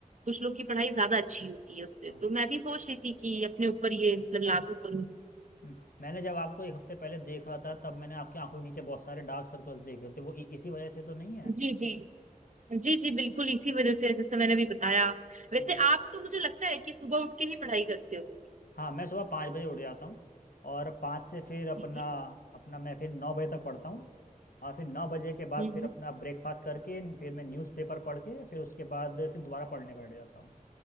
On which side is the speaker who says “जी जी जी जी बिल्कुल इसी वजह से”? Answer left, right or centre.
Right